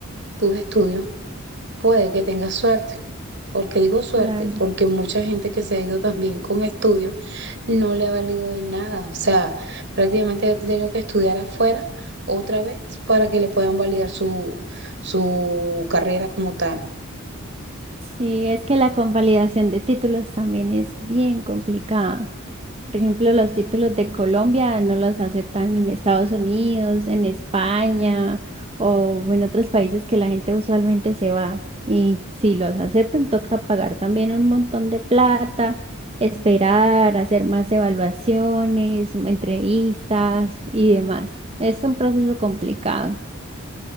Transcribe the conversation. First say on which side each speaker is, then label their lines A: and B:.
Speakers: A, on the right (about 55°); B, on the right (about 25°).
A: tus estudios, puede que tengas suerte. porque digo suerte?
B: claro.
A: Porque mucha gente que se ha ido también con estudios no le ha valido de nada. O sea, prácticamente ha tenido que estudiar afuera otra vez para que le puedan validar su, su carrera como tal.
B: Sí, es que la convalidación de títulos también es bien complicada. Por ejemplo, los títulos de Colombia no los aceptan en Estados Unidos, en España o en otros países que la gente usualmente se va. Y si los aceptan, toca pagar también un montón de plata, esperar, hacer más evaluaciones, entrevistas y demás. Es un proceso complicado.